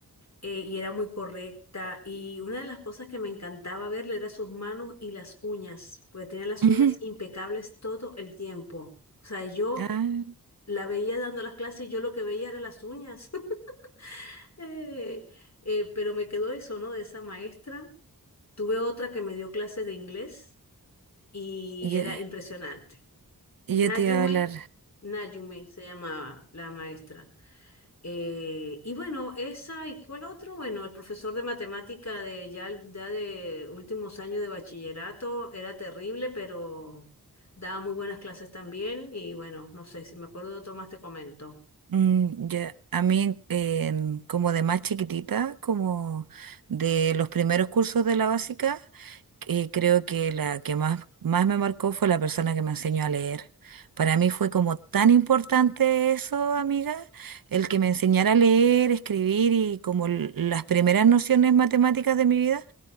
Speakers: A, on the left; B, on the right.
A: eh, y era muy correcta. Y una de las cosas que me encantaba verle era sus manos y las uñas, porque tenía las
B: ujú.
A: uñas impecables todo el tiempo. O sea, yo
B: Ah,
A: la veía dando las clases y yo lo que veía era las uñas. <laughs> Eh, eh, pero me quedó eso, ¿no? De esa maestra. Tuve otra que me dio clases de inglés y
B: y yo,
A: era impresionante.
B: y
A: Nayume,
B: yo te iba a hablar.
A: Nayume se llamaba la maestra. Eh, y bueno, esa y cuál otro, bueno, el profesor de matemática de ya, el- ya de últimos años de bachillerato era terrible, pero daba muy buenas clases también. Y bueno, no sé, si me acuerdo de otro más te comento.
B: Mm, ya. A mí, en- en- como de más chiquitita, como de los primeros cursos de la básica, eh, creo que la que más, más me marcó fue la persona que me enseñó a leer. Para mí fue como tan importante eso, amiga, el que me enseñara a leer, escribir y como l- las primeras nociones matemáticas de mi vida